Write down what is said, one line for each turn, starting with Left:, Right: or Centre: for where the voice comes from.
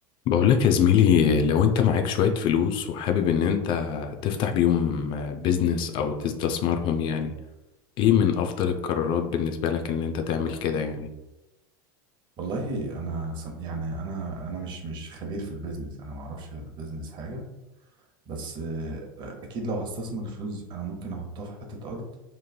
Left: بقول لك يا زميلي لو انت معاك شوية فلوس وحابب ان انت تفتح بيهم بيزنس او تستثمرهم يعني ايه من افضل القرارات بالنسبة لك ان انت تعمل كده يعني
Right: والله انا سم- يعني انا انا مش مش خبير في البيزنس انا ما اعرفش في البيزنس حاجه بس آه، اكيد لو هستثمر الفلوس انا ممكن احطها في حته ارض